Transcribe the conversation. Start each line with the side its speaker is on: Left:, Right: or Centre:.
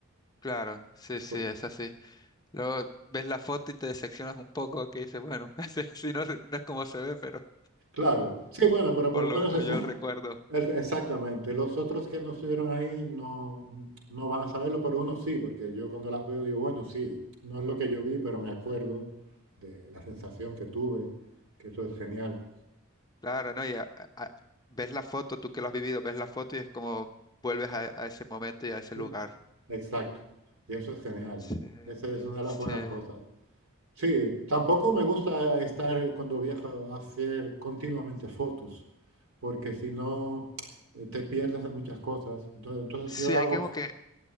Left: Claro, sí, sí,
Right: Porque,
Left: es así. Luego ves la foto y te decepcionas un poco, que dices, bueno, <laughs> así, así no, no es como se ve, pero
Right: claro, sí, bueno, pero
Left: por
Right: por lo
Left: lo
Right: menos
Left: menos
Right: es
Left: yo
Right: un
Left: el recuerdo.
Right: El- exactamente. Los otros que no estuvieron ahí no, no van a saberlo, pero uno sí, porque yo cuando las veo digo, bueno, sí, no es lo que yo vi, pero me acuerdo de la sensación que tuve, que eso es genial.
Left: Claro, ¿no? Y a- a- a- ves la foto, tú que lo has vivido, ves la foto y es como vuelves a, a ese momento y a ese
Right: Y-
Left: lugar.
Right: Exacto. Y eso es genial.
Left: Sí,
Right: Esa es una de
Left: sí.
Right: las buenas cosas. Sí, tampoco me gusta estar cuando viajo a hacer continuamente fotos, porque si no eh, te pierdes de muchas cosas. Entonces, entonces
Left: Sí,
Right: yo
Left: hay
Right: hago,
Left: que como que